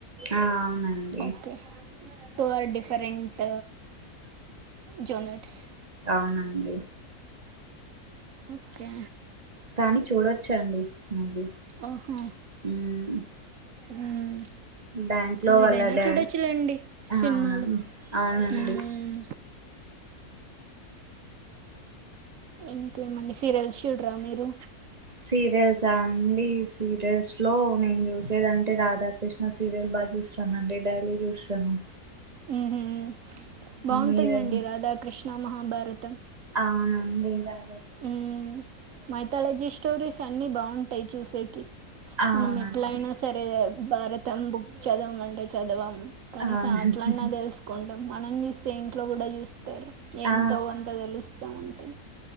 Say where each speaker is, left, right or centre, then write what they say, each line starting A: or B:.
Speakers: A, on the right (about 25°); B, on the right (about 65°).
A: ఆ అవునండి
B: okay two are different genres
A: అ అవునండి
B: ఓకే
A: కానీ చూడవచ్చు అండి మూవీ
B: ఓహో
A: ఉమ్
B: మ్మ్.
A: బ్యాంక్ లో వాళ్ల
B: ఏదైనా
A: దా
B: చూడొచ్చులేండి
A: అవునండి
B: సినిమాలు
A: అవునండి
B: మ్మ్. ఇంకేమండి సీరియల్స్ చూడరా మీరు
A: సీరియల్స్ రండి సీరియల్స్ లో నేను చూసేదంటే రాధాకృష్ణ సీరియల్ బాగా చూస్తానండి డైలీ చుస్తాను
B: ఉహుమ్ బావుంటుందండి
A: మీరండి
B: రాధాకృష్ణ. మహాభారతం
A: ఆనందిరాయి
B: ఉహ్ మైథాలజీస్ స్టోరీస్ అన్ని బావుంటాయి. చుసేకి
A: అవునండి
B: మనం ఎట్ల అయినా సరే భారతం బుక్ చదవం అండి. చదవం కనీసం
A: అవునండి
B: అట్లన్నా తెలుసుకన్ మనం చూస్తే ఇంట్లో కూడా చుస్తారు. ఎంతో
A: ఆ
B: కొంత తెలుస్తా ఉంటది.